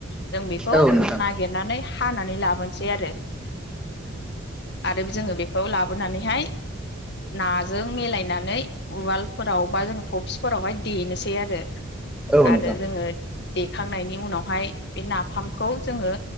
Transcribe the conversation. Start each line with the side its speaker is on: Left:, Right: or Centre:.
Left: जों बेखौ
Centre: औ नोंथां
Left: नागिरनानै हानानै लाबोनोसै आरो। आरो जोङो बेखौ लाबोनानै हाय नाजों मिलायनानै उवाल फोराव बा जों अफिस फोरावहाय देनोसै आरो
Centre: औ
Left: आरो
Centre: नोंथां
Left: जोङो देखांनायनि उनावहाय बे नाफामखौ जोङो